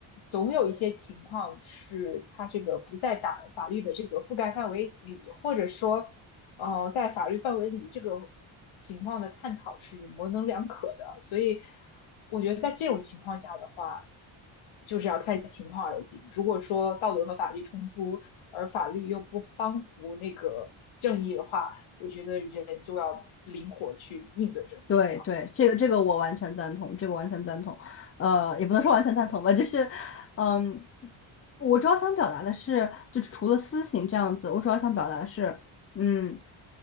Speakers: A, on the left; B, on the left.
A: 总有一些情况是它这个不在打法律的这个覆盖范围里，或者说呃，在法律范围里，这个情况的探讨是模棱两可的，所以我觉得在这种情况下的话，就是要看情况而定。如果说道德和法律冲突，而法律又不帮扶那个正义的话，我觉得人就要灵活去应对这种情况。
B: 对对，这个这个我完全赞同，这个完全赞同，呃，也不能说完全赞同吧，
A: 嗯
B: 就是，嗯，我主要想表达的是，就是除了私刑这样子，我主要想表达的是，嗯，